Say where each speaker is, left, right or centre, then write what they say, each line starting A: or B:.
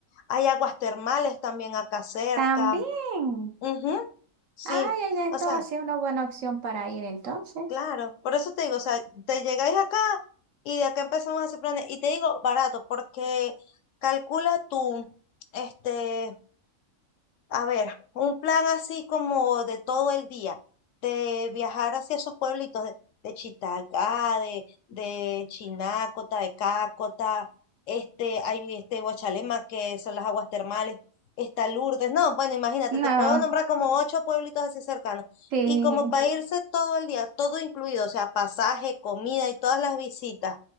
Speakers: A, on the left; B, on the right.
A: Hay aguas termales también acá cerca.
B: También.
A: Ujú, sí,
B: Ay, hay de
A: o sea,
B: todo, sí, una buena opción para ir entonces.
A: claro, por eso te digo, o sea, te llegáis acá y de acá empezamos a hacer planes, y te digo barato, porque calcula tú, este... A ver, un plan así como de todo el día, de viajar hacia esos pueblitos de, de Chitagá, de, de Chinácota, de Cácota, este, hay este Guachalema, que son las aguas termales, está Lourdes, no, bueno, imagínate,
B: No,
A: te puedo nombrar como ocho pueblitos así cercanos,
B: sí.
A: y como para irse todo el día, todo incluido, o sea, pasaje, comida y todas las visitas,